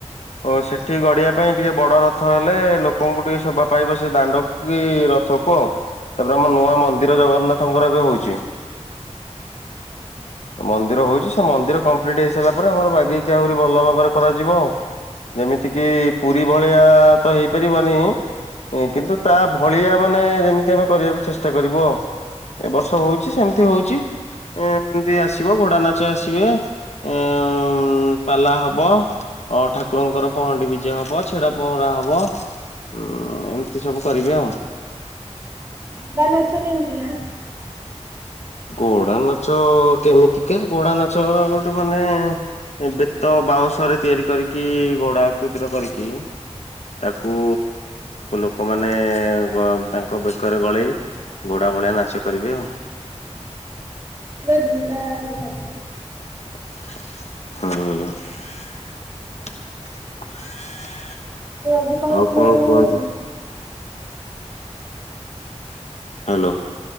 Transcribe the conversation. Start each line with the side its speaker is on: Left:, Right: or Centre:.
Left: ଓ ସେଠି ଗଢିବା ପାଇଁ ଟିକେ ବଡ ରଥ ହେଲେ ଲୋକଙ୍କୁ ଟିକେ ଶୋଭା ପାଇବ ସେ ଦାଣ୍ଡକୁ କି ରଥକୁ ଆଉ ତାପରେ ଆମ ନୂଆ ମନ୍ଦିର ଜଗନ୍ନାଥଙ୍କର ଏବେ ହଉଛି।
Right: ହୁଁ ହୁଁ।
Left: ମନ୍ଦିର ହଉଛି ସେ ମନ୍ଦିର କମ୍ପ୍ଲିଟ୍ ହେଇ ସାରିଲା ପରେ ଆମର ବାଗେଇକି ଆହୁରି ଭଲ ଭାବରେ କରାଯିବ ଆଉ। ଯେମିତି କିି ପୁରୀ ଭଳିଆ ତ ହେଇପାରିବନି ଉଁ କିନ୍ତୁ ତା ଭଳିଆ ମାନେ ଯେମିତି ଆମେ କରିଆକୁ ଚେଷ୍ଟା କରିବୁ ଆଉ। ଏ ବର୍ଷ ହଉଛି ସେମତି ହଉଛି ଏଁ ଏନ୍ତି ଆସିବ ଘୋଡାନାଚ ଆସିବେ ଏଁ ଉଁ ପାଲା ହବ। ଅଁ ଠାକୁରଙ୍କର ପହଣ୍ଡି ବିଜେ ହବ ଛେରା ପହଁରା ହବ ଉଁ ଏମତି ସବୁ କରିବେ ଆଉ।
Right: ଘୋଡାନାଚ କେନ୍ତିଆ?
Left: ଘୋଡ଼ା ନାଚ କେମିତିକା ଘୋଡା ନାଚ ଗୋଟେ ମାନେ ଏ ବେତ ବାଉଁଶରେ ତିଆରି କରିକି ଘୋଡ଼ା ଆକୃତିର କରିକି ତାକୁ ଲୋକମାନେ ତାଙ୍କ ବେକରେ ଗଳେଇ ଘୋଡା ଭଳିଆ ନାଚ କରିବେ ଆଉ।
Right: ପୁରା ଘୋଡା ଆସିକି ନାଚନ୍ତି?
Left: ହୁଁ।
Right: ଆଉ ଆଜି କଣ
Left: ଆଉ
Right: ଖିଆପିଆ
Left: କୁହନ୍ତୁ
Right: ହେଇଛି?
Left: ହାଲୋ।